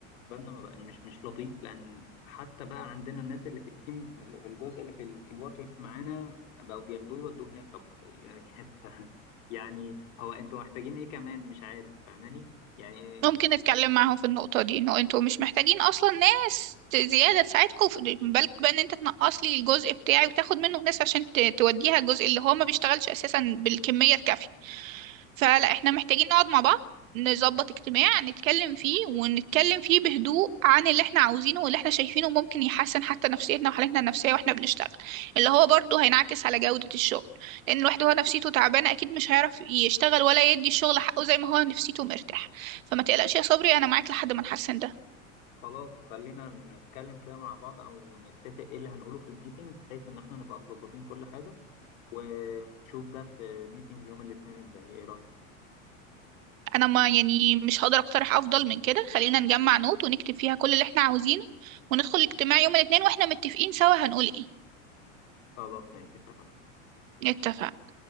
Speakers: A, on the left; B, on the right.
A: بالنسبه لنا ما بقى- مش مش لطيف لان حتى بقى عندنا الناس اللي في التيم اللي في الجزء اللي في الديبارتمنت معانا بقوا بياخدوه يودوه هناك طب <laughs> يعني هو انتوا محتاجين ايه كمان مش عارف فاهماني يعني
B: ممكن نتكلم معاهم في النقطة دي انه انتوا مش محتاجين اصلا ناس ت- زيادة تساعدكم في- بالك بقى ان انت تنقص لي الجزء بتاعي وتاخد منه ناس عشان ت- توديها الجزء اللي هو ما بيشتغلش اساسا بالكمية الكافية فلا
A: بالظبط
B: احنا محتاجين نقعد مع بعض نظبط اجتماع نتكلم فيه ونتكلم فيه بهدوء عن اللي احنا عاوزينه واللي احنا شايفينه ممكن يحسن حتى نفسيتنا وحالتنا النفسية واحنا بنشتغل اللي هو برضه هينعكس على جودة الشغل لان الواحد وهو نفسيته تعبانة اكيد مش هيعرف يشتغل ولا يدي الشغل حقه زي ما هو نفسيته مرتاح فما تقلقش يا صبري انا معاك لحد ما نحسن ده
A: خلاص خلينا نتكلم كده مع بعض او نتفق ايه اللي هنقوله في الميتنج بحيث ان احنا نبقى مظبطين كل حاجة ونشوف ده في ميتنج يوم الاثنين الجاي ايه رأيك
B: انا ما يعني مش هقدر اقترح افضل من كده خلينا نجمع نوت ونكتب فيها كل اللي احنا عاوزينه وندخل الاجتماع يوم الاثنين واحنا متفقين سوا هنقول ايه
A: خلاص ماشي اتفقنا
B: اتفق